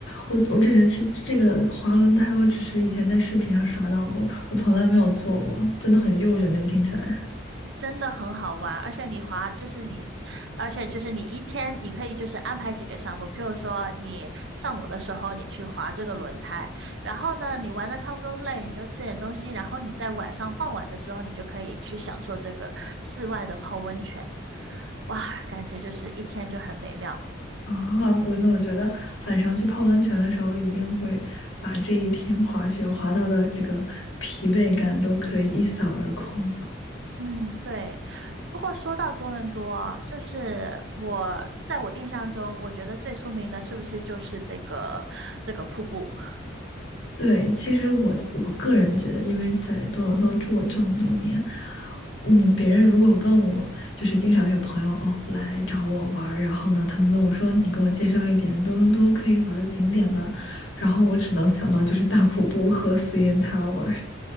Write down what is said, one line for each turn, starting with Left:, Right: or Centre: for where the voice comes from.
Left: 我我只是这这个滑轮胎，我只是以前在视频上刷到过，我从来没有坐过，真的很诱人那个听起来。
Right: 真的很好玩。而且你滑就是你，而且就是你一天你可以就是安排几个项目，譬如说你上午的时候你去滑这个轮胎，然后呢你玩的差不多累，你就吃点东西，然后你在晚上傍晚的时候你就可以去享受这个室外的泡温泉，哇，感觉就是一天就很美妙。
Left: 啊，我那我觉得晚上去泡温泉的时候，一定会把这一天滑雪滑到的这个疲惫感都可以一扫而空。
Right: 嗯，对。不过说到多伦多啊，就是我在我印象中，我觉得最出名的是不是就是这个这个瀑布？<laughs>
Left: 对，其实我我个人觉得，因为在多伦多住了这么多年，嗯，别人如果问我，就是经常有朋友哦来找我玩儿，然后呢，他们问我说：“你给我介绍一点多伦多可以玩儿的景点吧。”然后我只能想到就是大瀑布和 CN Tower。